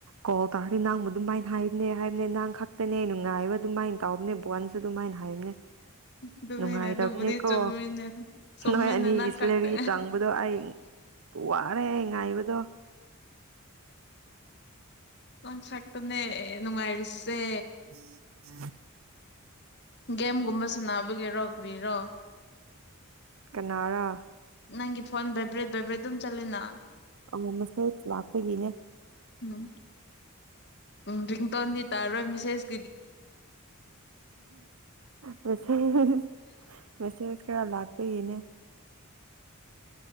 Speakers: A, on the right (about 70°); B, on the left (about 55°).
A: ꯀꯣ ꯇꯥꯔꯗꯤ ꯅꯥꯡꯕ ꯑꯗꯨꯃꯥꯏꯅ ꯍꯥꯏꯕꯅꯦ ꯍꯥꯏꯕꯅꯦ ꯅꯥꯡ ꯈꯛꯇꯅꯦ ꯅꯨꯡꯉꯥꯏꯕ ꯑꯗꯨꯃꯥꯏꯅ ꯇꯥꯎꯕꯅꯦ ꯕꯣꯟꯁꯨ ꯑꯗꯨꯃꯥꯏꯅ <unintelligible>
B: ꯑꯗꯨꯅꯤꯅꯦ
A: ꯅꯨꯡꯉꯥꯏꯇꯕꯅꯦꯀꯣ
B: ꯑꯗꯨꯕꯨꯗꯤ ꯆꯨꯝꯃꯤꯅꯦ ꯆꯨꯝꯃꯤꯅꯦ
A: ꯅꯣꯏ ꯑꯅꯤꯒꯤ
B: ꯅꯪ
A: ꯁꯤꯂꯔꯤ
B: ꯈꯛꯇ
A: ꯆꯪꯕꯗꯣ ꯑꯩ ꯋꯥꯔꯦ ꯉꯥꯏꯕꯗꯣ
B: ꯅꯪ ꯆꯠꯅ ꯅꯨꯡꯉꯥꯏꯔꯤꯁꯦ
A: <inaudible>
B: ꯒꯦꯝꯒꯨꯝꯕ ꯁꯅꯥꯕꯒꯤꯔꯣ ꯀꯔꯤꯔꯣ
A: ꯀꯅꯥꯔꯥ
B: ꯅꯪꯒꯤ ꯐꯣꯟ ꯚꯥꯏꯕ꯭ꯔꯦꯠ ꯚꯥꯏꯕ꯭ꯔꯦꯗ ꯑꯗꯨꯝ ꯆꯠꯂꯦꯅ
A: ꯑꯣ ꯃꯦꯁꯦꯖ ꯂꯥꯛꯄꯒꯤꯅꯦ
B: ꯎꯝ ꯎꯝ ꯔꯤꯡꯇꯣꯟꯗꯤ ꯇꯥꯔꯣꯏ ꯃꯤꯁꯦꯁ
A: ꯃꯦꯁꯦꯁ ꯃꯦꯁꯦꯁ ꯈꯔ ꯂꯥꯛꯄꯒꯤꯅꯦ